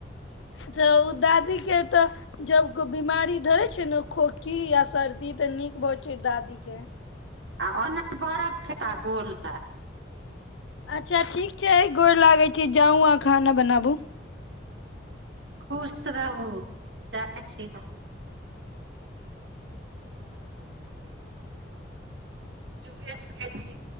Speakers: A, on the left (about 80°); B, on the right (about 70°).
A: तऽ ओ दादी के तऽ जब को बिीमारी धरे छै ने खो की आ सर्दी तऽ नीक भऽ छै दादी क
B: आ ओना बरफ खेता गोल ल
A: अच्छा ठीक छै गोर लागैत छै जाउ अहाँ खाना बनाबू
B: खुश रहू जाइ छी ने जुगे जुगे जी